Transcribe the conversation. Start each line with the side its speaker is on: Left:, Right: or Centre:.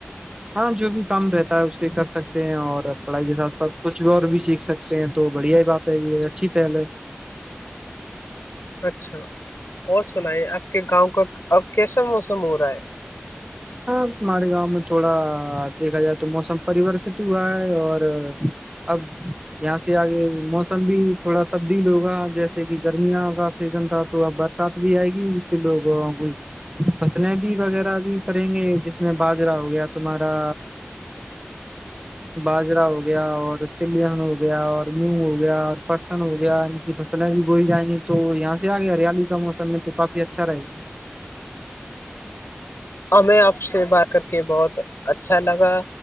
Right: ہاں جو بھی کام رہتا ہے اس پہ کر سکتے ہیں اور پڑھائی کے ساتھ ساتھ کچھ بھی اور بھی سیکھ سکتے ہیں تو بڑھیا ہی بات ہے یہ اچھی پہل ہے
Left: اچھا اور سنائی آپ کہ گاؤں کا اب کیسا موسم ہو رہا ہے
Right: ہاں مارے گاؤں میں تھوڑا دیکھا جائے تو موسم پریورت ہو ہوا ہے اور اب یہاں سے آگے موسم بھی تھوڑا تبدیل ہوگا جیسے کہ گرمیاں کا سیزن تھا تو اب برسات بھی آئے گی ج سے لوگ کوئی فصلیں بھی وغیرہ بھی کریں گے جس میں باجرا ہو گیا تمہارا باجرا ہو گیا اور تلن ہو گیا اور منگ ہو گیا اور پٹسن ہو گیا ان کی فصلیں بھی گول جائیں گی تو یہاں سے آگیا ہریالی کا موسم میں تو کافی اچھا رہے گا
Left: ہمیں آپ سے بات کر کے بہت اچا اچھا لگا